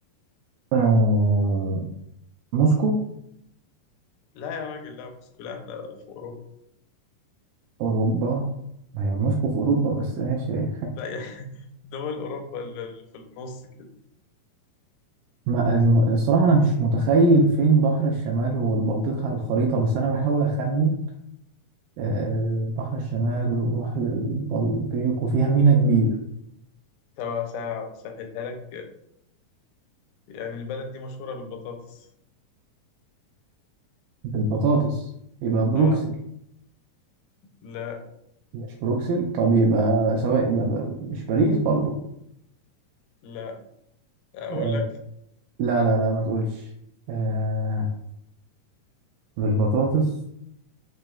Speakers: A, on the right; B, on the left.
A: آه موسكو
B: لا يا راجل لا موسكو لا احنا في اوروبا
A: أوروبا ما هي موسكو في أوروبا بس ماشي <laughs>
B: لا يا <laughs> دول اوروبا اللي في النص كده
A: ما الم- الصراحة أنا مش متخيل فين بحر الشمال والبلطيق على الخريطة بس أنا بحاول أخمن آه، بحر الشمال وبحر البلطيق وفيها ميناء كبير
B: طب اسهلها لك يعني البلد دي مشهورة بالبطاطس
A: بالبطاطس يبقى بروكسل
B: اه لا
A: مش بروكسل طب يبقى سواء يبقى ب- مش باريس برضو
B: لا اقول
A: آه،
B: لك
A: لا لا لا ما تقولش آه، بالبطاطس